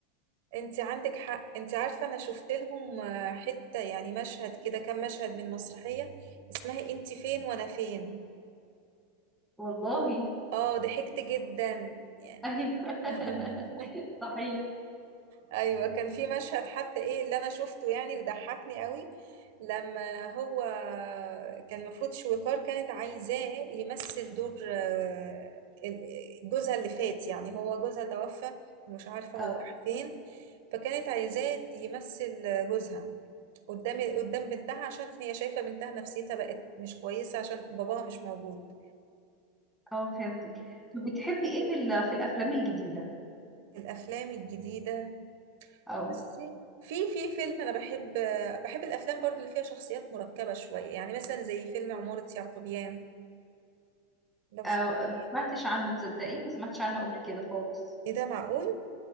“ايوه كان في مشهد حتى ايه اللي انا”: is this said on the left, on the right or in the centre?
Right